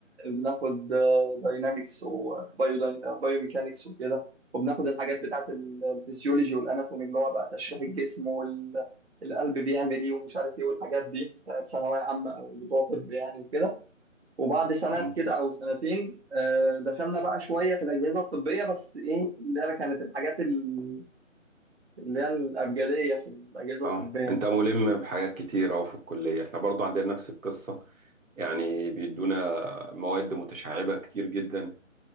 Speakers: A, on the right (about 55°); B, on the right (about 80°).
A: بناخد داينامكس وبايوميكانكس وكده وبناخد الحاجات بتاعت الفسيولوجي والاناتومي اللي هو بقى تشريح الجسم والقلب بيعمل ايه ومش عارف ايه والحاجات دي بتاعت ثانويه عامه او بتوع طب يعني وكده وبعد سنة
B: مم.
A: كده أو سنتين آه، دخلنا بقى شوية في الأجهزة الطبية بس إيه اللي هي كانت الحاجات ال- اللي هي الأبجدية في الأجهزة
B: اه
A: الطبية
B: انت
A: مش
B: ملم
A: عارف إيه
B: بحاجات كتير اهو في الكلية احنا برضو عندنا نفس القصة يعني بيدونا مواد متشعبة كتير جدا